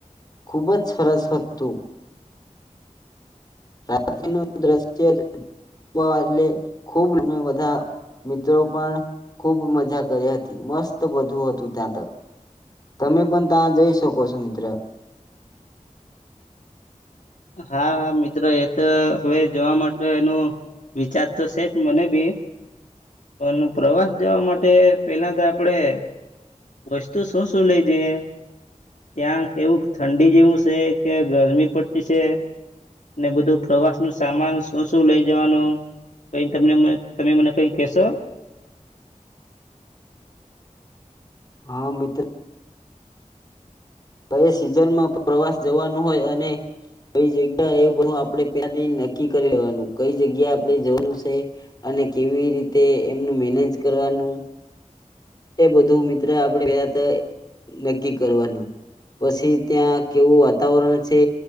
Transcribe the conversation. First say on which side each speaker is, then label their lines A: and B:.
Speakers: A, on the left (about 30°); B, on the left (about 70°).
A: ખુબ જ સરસ હતું રાત્રિનું દ્રશ્ય એટલે ખૂબ બધા મિત્રો પણ ખૂબ મજા કરી હતી મસ્ત બધું હતું ત્યાં તો તમે પણ ત્યાં જઈ શકો છો મિત્ર
B: હા મિત્રો એ તો હવે જોવા માટે એનો વિચાર તો છે જ મને બી પણ પ્રવાસ જવા માટે પેલા તો આપણેે વસ્તુ શું શું લઈ જઈએ ત્યાં કેવું ઠંડી જેવું છે કે ગરમી પ છે ને બધું પ્રવાસ નું સામાન શું શું લઈ જવાનું કઈ તને તમે મને કઈ કહેશો.
A: હા મિત્ર. કઈ સિઝનમાં પ્રવાસ જવાનું હોય અને કઈ જગ્યા એ બધું આપણે ત્યાથી નક્કી કરી લેવાનું કઈ જગ્યા આપણે જવાનું છે અને કેવી રીતે એમનું મેનેજ કરવાનું એ બધું મિત્ર આપણેે પેલા તો નક્કી કરવાનું પછી ત્યાં કેવું વાતાવરણ છે